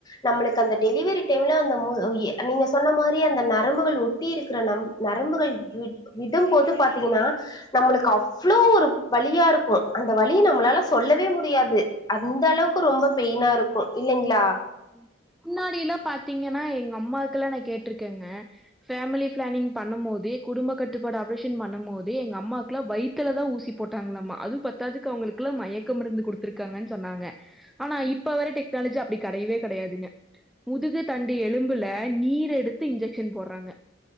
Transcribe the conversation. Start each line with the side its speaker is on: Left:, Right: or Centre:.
Left: நம்மளுக்கு அந்த டெலிவரி டைம்ல அந்த மு எ நீங்க சொன்ன மாரி அந்த நரம்புகள் ஒட்டிருக் க்ற நம் நரம்புகள் வி விடும்போது பாத்தீங்னா நம்மளுக்கு அவ்ளோ ஒரு வலியா ருக்கு அந்த வலி நம்ளால ல சொல்லவே முடியாது அந்தளவுக்கு ரொம்ப பெயினாருக்கு இல்லைங்ளா
Centre: ம் முன்னாடியிலா பாத்தீங்கனா எங்க அம்மாக்குலா நா கேட்டிருக்கேங்க ஃபேமிலி ஃபிளானிங் பண்ணம்போது குடும்ப கட்டுப்பாடு ஆப்ரேஷன் பண்ணம்போது எங்க அம்மாக்லா வையித்தலதா ஊசி போட்டாங்ளாம்மா அது பத்தாதுக்கு அவுங்ளுக்குலா மயக்கம் இருந்து குடுத்திருக்காங்கன் சொன்னாங்க ஆனா இப்ப வர டெக்னாலஜி அப்டி கெடையவே கெடையாதுங்க முதுகு தண்டு எலும்புல நீரெடுத்து இன்ஜெக்க்ஷன் போர்றாங்க